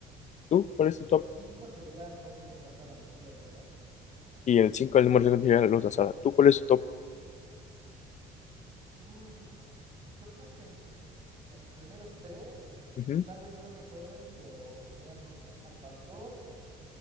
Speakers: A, on the left (about 45°); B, on the right (about 30°).
A: ¿Tú cuál
B: Y tu
A: es tu
B: top
A: top?
B: 5 sería entonces los de asada, me decías, ¿verdad?
A: Y el cinco el número 5 sería la luz asada. ¿Tú cuál es tu top?
B: Uf, yo creo que en los primeros tres,
A: Ujú,
B: tal vez no en ese orden, pero serían como al pastor,